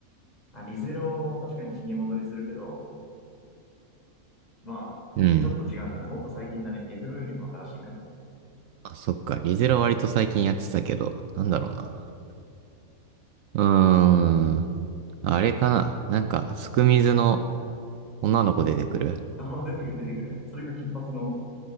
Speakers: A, on the left; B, on the right.
A: あ、リゼロも確かに死に戻りするけど、まあ、
B: うん。
A: ちょっと違うかな。もっと最近だね。リゼロよりも新しいから。
B: あ、そっか。リゼロ割と最近やってたけど、なんだろうな。うーん。あれかななんか、すくみずの女の子出てくる
A: ああ、出てくる出てくる。それが金髪の、